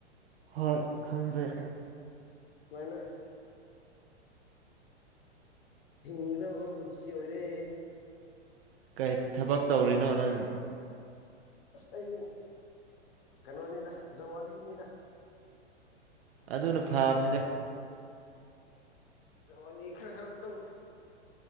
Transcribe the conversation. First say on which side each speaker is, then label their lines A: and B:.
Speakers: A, on the right (about 55°); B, on the left (about 55°).
A: ꯣꯏ ꯈꯪꯗ꯭ꯔꯦ
B: ꯁꯨꯃꯥꯏꯅ ꯍꯗꯕ ꯄꯨꯟꯁꯤ ꯑꯣꯏꯔ
A: ꯀꯩ ꯊꯕꯛ ꯇꯧꯔꯤꯅꯣ ꯅꯪ
B: ꯑꯁ ꯑꯩꯗꯤ ꯀꯩꯅꯣꯅꯤꯗ ꯖꯋꯥꯂꯤꯅꯤꯗ
A: ꯑꯗꯨꯅ ꯐꯕꯅꯤꯗ
B: ꯍꯣꯏ ꯈꯔ ꯈ ꯑꯗꯨꯝ